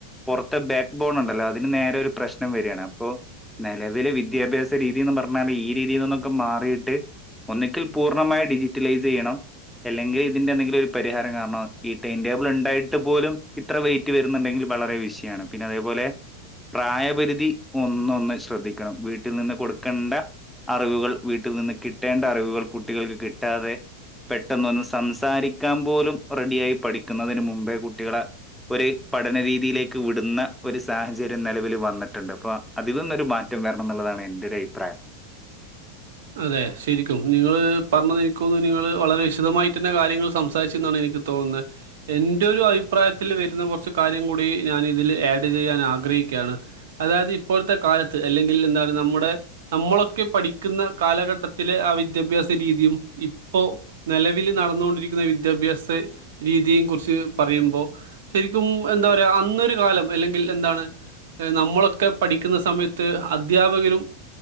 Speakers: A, in the centre; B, on the right (about 75°).
A: പൊറത്തെ ബാക്ക് ബോൺ ണ്ടല്ലോ അതിന് നേരെ ഒരു പ്രശ് നം വെരാണ് അപ്പൊ ലവില് വിദ്യാഭ്യാസ രീതിന്ന് പറഞ്ഞാല് ഈ രീതിയിൽന്നൊക്കെ മാറി ട്ട് ഒന്നെങ്കിൽ പൂർണമായി ഡിജിറ്റലൈസ് ചെയ്യണം അല്ലെങ്കിൽ ഇതിന്റെ എന്തെങ്കിലും ഒരു പരിഹാരം കാരണം ഈ ടൈം ടേബിൾ ഉണ്ടായിട്ട് പോലും ഇത്ര വെയിറ്റ് വരുന്നുണ്ടെങ്കിൽ വളരെ വിഷയാണ് പിന്നെ അതേപോലെ പ്രായപരിധി ഒന്നൊന്ന് ശ്രദ്ധിക്കണം വീട്ടിൽ നിന്ന് കൊടുക്കേണ്ട അറിവുകൾ വീട്ടിൽ നിന്ന് കിട്ടേണ്ട അറിവുകൾ കുട്ടികൾക്ക് കിട്ടാതെ പെട്ടെന്ന് ഒന്ന് സംസാരിക്കാൻ പോലും റെഡിയായി പഠിക്കുന്നതിന് മുമ്പേ കുട്ടികളെ ഒരു പഠനരീതിയിലേക്ക് വിടുന്ന ഒരു സാഹചര്യം നെലവിൽ വന്നിട്ടുണ്ട് അപ്പൊ അതിതൊന്നൊരു മാറ്റം വെരണം ന്നുള്ളതാണ് എന്റൊരഭിപ്രായം.
B: അതെ ശരിക്കും നിങ്ങള് പറഞ്ഞത് എനിക്കോന്നുന്നു നിങ്ങള് വളരെ വിശദായിട്ട് തന്നെ കാര്യങ്ങൾ സംസാരിച്ചുന്നാണ് എനിക്ക് തോന്നുന്നത് എന്റൊരു അഭിപ്രായത്തിൽ വരുന്ന കൊറച്ച് കാര്യം കൂടി ഞാൻ ഇതിൽ ആഡ് ചെയ്യാൻ ആഗ്രഹിക്കുകയാണ് അതായത് ഇപ്പോഴത്തെ കാലത്ത് അല്ലെങ്കിൽ എന്താണ് നമ്മുടെ നമ്മളൊക്കെ പടി ക്കുന്ന കാലഘട്ടത്തിലെ ആ വിദ്യാഭ്യാസ രീതിയും ഇപ്പോ നിലവിൽ നടന്നുകൊണ്ടിരിക്കുന്ന വിദ്യാഭ്യാസ രീതിയും കുറിച്ച് പറയുമ്പോൾ ശെരിക്കും എന്താ പറയാ അന്നൊരു കാലം അല്ലെങ്കിൽ എന്താണ് നമ്മളൊക്കെ പഠിക്കുന്ന സമയത്ത് അധ്യാപകരും